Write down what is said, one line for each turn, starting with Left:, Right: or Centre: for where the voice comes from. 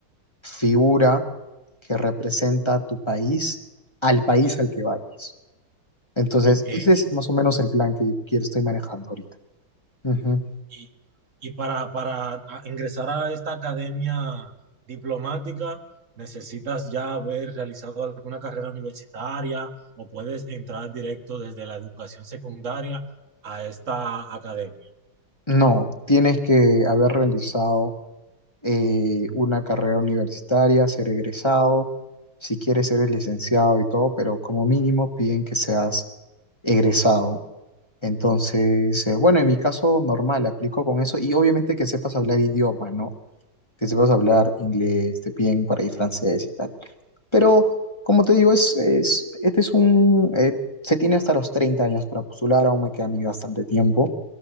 Left: figura que representa a tu país, al país al que vayas. Entonces,
Right: ok.
Left: ese es más o menos el plan que, yo quiero- estoy manejando ahorita. Ujú.
Right: Y, y para, para a- ingresar a esta academia diplomática, ¿necesitas ya haber realizado alguna carrera universitaria o puedes entrar directo desde la educación secundaria a esta academia?
Left: No, tienes que haber realizado eh, una carrera universitaria, ser egresado, si quieres ser licenciado y todo, pero como mínimo piden que seas egresado. Entonces, eh, bueno, en mi caso normal, aplico con eso y obviamente que sepas hablar idiomas, ¿no? Que sepas hablar inglés, te piden por ahí francés y tal. Pero, como te digo, es, es, este es un... eh, se tiene hasta los 30 años para postular, aún me queda a mí bastante tiempo.